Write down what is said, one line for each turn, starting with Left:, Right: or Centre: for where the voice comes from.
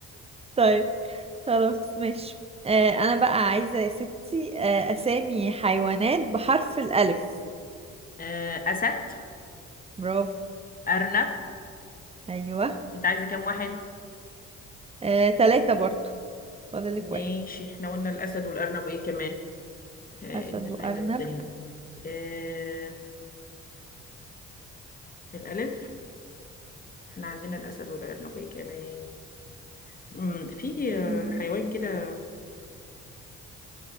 Right: طيب خلاص ماشي آه انا بقى عايزة يا ستي آه اسامي حيوانات بحرف الالف
Left: آه، اسد
Right: برافو
Left: ارنب
Right: ايوه
Left: انت عايزه كام واحد
Right: آه تلاتة برضو فاضلك
Left: ماشي
Right: واحد
Left: احنا قلنا الاسد والارنب وايه كمان آه،
Right: اسد
Left: من الحيوان
Right: وارنب
Left: التانية آه، بالألف احنا عندنا الأسد والأرنبي كمان مم، في آه،
Right: أمم.
Left: حيوان كده